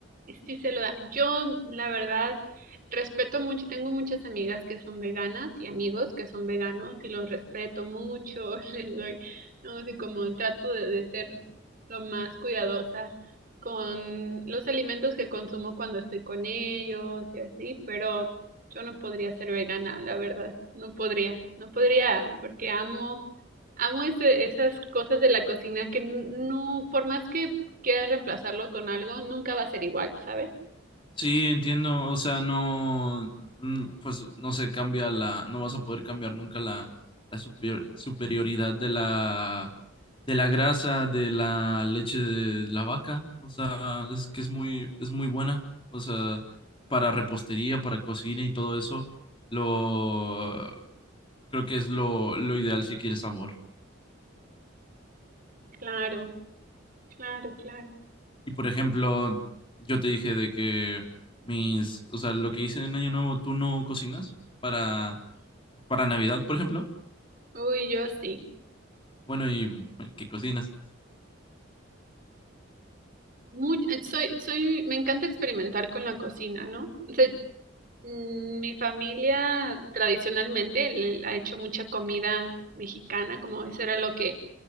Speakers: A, on the right; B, on the left.
A: sí se lo da. Yo, la verdad, respeto mucho, tengo muchas amigas que son veganas y amigos que son veganos y los respeto mucho, <laughs> les doy, no sé, como trato de, de ser lo más cuidadosa con los alimentos que consumo cuando estoy con ellos y así, pero yo no podría ser vegana, la verdad, no podría, no podría, porque amo, amo ese- esas cosas de la cocina que n- no, por más que quieras reemplazarlo con algo, nunca va a ser igual, ¿sabes?
B: Sí, entiendo, o sea, no, mm, pues no se cambia la, no vas a poder cambiar nunca la, la superior- superioridad de la, de la grasa, de la leche de la vaca, o sea, es que es muy, es muy buena, o sea, para repostería, para cocina y todo eso, lo, creo que es lo, lo ideal si quieres sabor.
A: Claro, claro, claro.
B: Y por ejemplo, yo te dije de que mis, o sea, lo que hice en Año Nuevo, tú no cocinas para, para Navidad, por ejemplo.
A: Uy, yo sí.
B: Bueno, ¿y qué cocinas?
A: Muy, eh, soy, soy, me encanta experimentar con la cocina, ¿no? O sea, mm, mi familia tradicionalmente le ha hecho mucha comida mexicana, como eso era lo que,